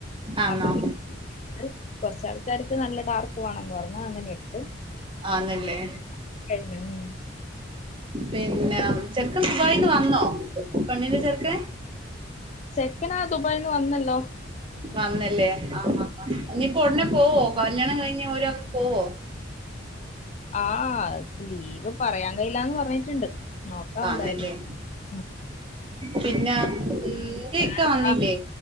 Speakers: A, on the right; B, on the left.
A: ആന്നോ
B: അപ്പം പി <unintelligible> കൊറച്ചാൾക്കാർക്ക് നല്ല ഡാർക്ക് വേണംന്ന് പറഞ്ഞു അങ്ങനേ എടുത്ത്
A: ആന്നല്ലേ
B: <unintelligible>
A: പിന്നെ ചെക്കൻ ദുബായിന്ന് വന്നോ പെണ്ണിന്റെ ചെർക്കൻ
B: ചെക്കൻ ആഹ് ദുബായിന്ന് വന്നല്ലോ
A: വന്നല്ലേ ആഹ് ആഹ് ആഹ് ഇനിപ്പോ ഉടനെ പോവോ കല്യാണം കഴിഞ്ഞ് ഓരങ് പോവോ
B: ആഹ് ആഹ് ലീവ് പറയാൻ കഴിയില്ലാന്ന് പറഞ്ഞിട്ടുണ്ട് നോക്കാം
A: ആന്നല്ലേ
B: എന്തായാലും ഉം
A: പിന്നെ ഉം നിന്റെ ഇക്ക
B: വേറെന്താ
A: വന്നില്ലേ